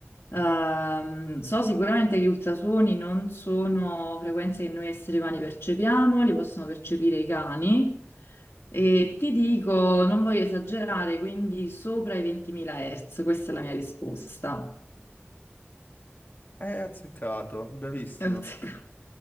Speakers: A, on the left (about 85°); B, on the left (about 50°).
A: Ehm, so sicuramente che gli ultrasuoni non sono frequenze che noi esseri umani percepiamo, li possono percepire i cani e ti dico, non voglio esagerare, quindi sopra i 20.000 Hz, questa è la mia risposta.
B: Eh, azzeccato, bravissimo.
A: E ho azzeccato.